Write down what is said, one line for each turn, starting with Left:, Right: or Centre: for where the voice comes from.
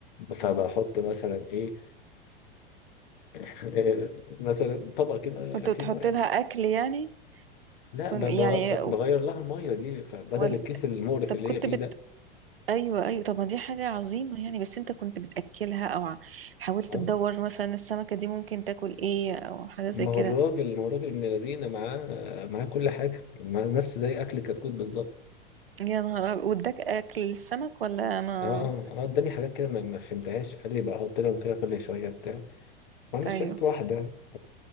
Left: فبحط مثلا ايه <laughs> مثلا طبق كده
Right: كنت
Left: فيه
Right: بتحط
Left: ميه
Right: لها اكل يعني
Left: لا
Right: كنت
Left: ب-
Right: يعني
Left: بغ- بغير لها الميه دي فبدل
Right: ولا
Left: الكيس المقرف
Right: طب
Left: اللي
Right: كنت
Left: هي فيه
Right: بت
Left: ده
Right: ايوه ايوه طب ما دي حاجه عظيمه يعني بس انت كنت بتاكلها او ع- حاولت
Left: اه
Right: تدور مثلا السمكه دي ممكن تاكل ايه او حاجه زي
Left: ما
Right: كده
Left: هو الراجل ما هو الراجل ابن لذينه معاه معاه كل حاجه مع نفس زي اكل كتكوت بالظبط
Right: يا نهار أبيض. واداك اكل السمك ولا ما
Left: اه اه آه، اداني حاجات كده ما ما فهمتهاش قال لي بقى احط لهم كده كل شويه بتاع وانا اشتريت
Right: ايوه
Left: واحده